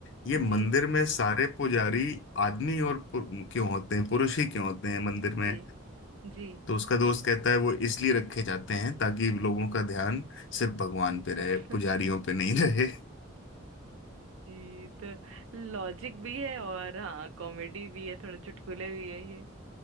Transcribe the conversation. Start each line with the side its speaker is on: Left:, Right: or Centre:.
Left: ये मंदिर
Right: जी
Left: में सारे पुजारी आदमी और पु- क्यों होते हैं पुरुष ही क्यों होते हैं मंदिर में
Right: जी जी
Left: तो उसका दोस्त कहता है वो इसलिए रखे जाते हैं ताकि लोगों का ध्यान सिर्फ भगवान पे रहे
Right: <laughs>
Left: पुजारियों पे नहीं रहे
Right: जी तो लॉजिक भी है और हाँ कॉमेडी भी है थोड़ा चुटकुले भी है ये